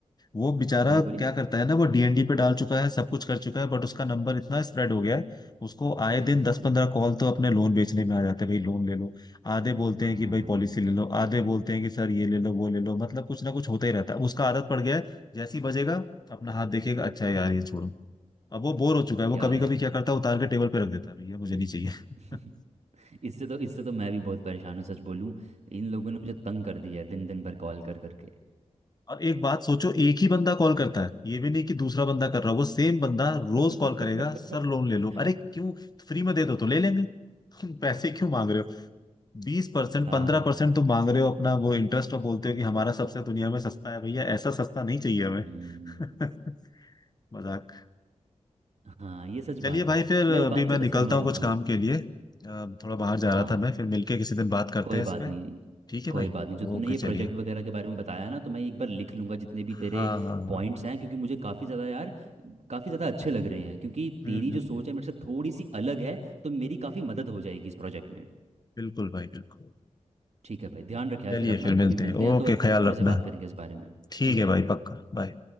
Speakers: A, on the left; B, on the right.
A: वो बेचारा
B: बोलिए बोलिए
A: क्या करता है ना वो डीएनडी पे डाल चुका है सब कुछ कर चुका है बट उसका नंबर इतना स्प्रेड हो गया है उसको आए
B: <laughs>
A: दिन दस पंद्रह कॉल तो अपने लोन बेचने में आ जाते हैं भाई लोन ले लो आधे बोलते
B: आ,
A: हैं कि भाई पॉलिसी ले लो आधे बोलते हैं कि सर ये ले लो वो ले लो मतलब कुछ ना कुछ होता ही रहता है उसका आदत पड़ गया है जैसे ही बजेगा अपना हाथ देखेगा अच्छा यार ये छोड़ो अब वो बोर हो चुका है वो
B: यार
A: कभी कभी क्या करता है उतार के टेबल पे रख देता है भैया मुझे
B: हम्म,
A: नहीं चाहिए
B: <laughs>
A: <laughs>
B: इससे तो इससे तो मैं भी बहुत परेशान हूँ सच बोलूँ इन लोगों ने मुझे तंग कर दिया है दिन दिन भर कॉल कर करके
A: और एक बात सोचो एक ही बंदा कॉल करता है ये भी नहीं कि दूसरा बंदा कर रहा हो वो सेम बंदा रोज
B: <laughs>
A: कॉल करेगा सर लोन ले लो अरे क्यों फ्री में दे दो तो ले लेंगे <laughs> तुम पैसे क्यों मांग रहे हो बीस परसेंट
B: हाँ
A: पंद्रह परसेंट तुम मांग रहे हो अपना वो इंटरेस्ट और बोलते हो कि हमारा सबसे दुनिया में सस्ता है भैया ऐसा सस्ता नहीं चाहिए हमें
B: हम्म,
A: <laughs> मजाक
B: हाँ ये सच बात
A: चलिए भाई
B: है
A: फिर
B: मैं इस
A: अभी
B: बात
A: मैं
B: से तो
A: निकलता
B: सहमत
A: हूँ
B: होता
A: कुछ
B: हूँ
A: काम के लिए अ, थोड़ा बाहर जा
B: हाँ
A: रहा था मैं फिर मिलके किसी दिन बात करते
B: कोई
A: हैं
B: बात
A: इस पे
B: नहीं
A: ठीक है
B: कोई
A: भाई
B: बात नहीं जो तूने
A: ओके
B: ये
A: चलिए
B: प्रोजेक्ट वगैरह के बारे में बताया ना तो मैं एक बार लिख लूँगा जितने भी तेरे
A: हाँ हाँ हाँ
B: पॉइंट्स हैं क्योंकि मुझे काफ़ी ज़्यादा यार काफ़ी ज़्यादा अच्छे लग रहे हैं क्योंकि
A: हम्म
B: तेरी
A: हम्म
B: जो
A: हम्म।
B: सोच है मेरे से थोड़ी सी अलग है तो मेरी काफ़ी मदद हो जाएगी इस प्रोजेक्ट में
A: बिल्कुल भाई बिल्कुल
B: ठीक है भाई ध्यान रखे यार
A: चलिए
B: फिर अपना
A: फिर मिलते
B: कभी
A: हैं
B: मिलते हैं
A: ओके
B: तो
A: ख्याल
B: फिर
A: रखना
B: से बात करेंगे इस बारे में
A: ठीक
B: ठीक है
A: है
B: भाई
A: भाई पक्का बाय